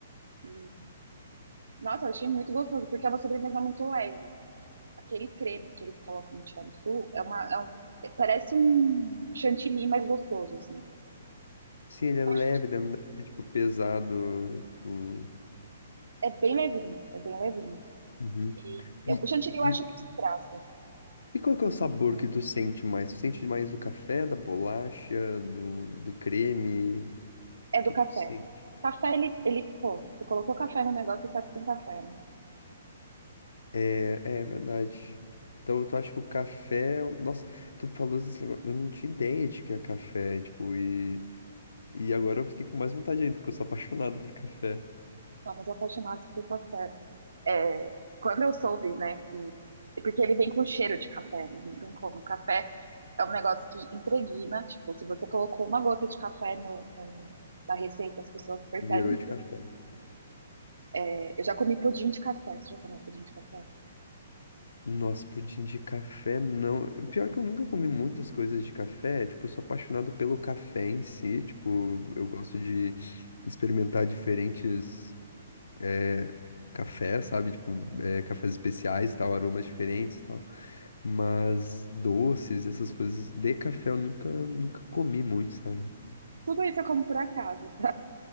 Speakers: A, on the right; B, on the left.
A: E, nossa, eu achei muito gostoso, porque é uma sobremesa muito leve. Aquele creme que eles colocam no tiramisu é uma, é um- é, parece um chantilly mais gostoso, assim.
B: Sim, ele é
A: Eu
B: leve,
A: acho que
B: né? Não deve ser, tipo, pesado. Tipo.
A: É bem levinho, é bem levinho.
B: Uhum.
A: E eu-
B: E,
A: o chantilly eu
B: e
A: acho mais sem graça.
B: E qual que
A: né?
B: é o sabor que tu sente mais? Tu sente mais do café, da bolacha, do, do creme? O
A: É do
B: que que
A: café.
B: tu sente?
A: Café, ele, ele, pô, você colocou café no negócio, você sabe que tem café, né?
B: É, é verdade. Então tu acha que o café. Nossa, tu falou esse negócio. Eu não tinha ideia de que é café, tipo, e, e agora eu fiquei com mais vontade ainda, porque eu sou apaixonado por café.
A: Somos apaixonados por café. É, quando eu soube, né, que. Porque ele vem com cheiro de café, né? Não tem como. Café é um negócio que impregna, tipo, se você colocou uma gota de café no, no- na receita, as pessoas percebem
B: Virou de
A: que.
B: café.
A: é, eu já comi pudim de café. Você já comeu pudim de café?
B: Nossa, pudim de café não. Pior que eu nunca comi muitas coisas de café. Tipo, eu sou apaixonado pelo café em si. Tipo, eu gosto de experimentar diferentes. é, café, sabe? Tipo, é, cafés especiais e tal, aromas diferentes e tal. Mas doces, essas coisas de café eu nunca, nunca comi muito, sabe?
A: Tudo isso eu como por acaso.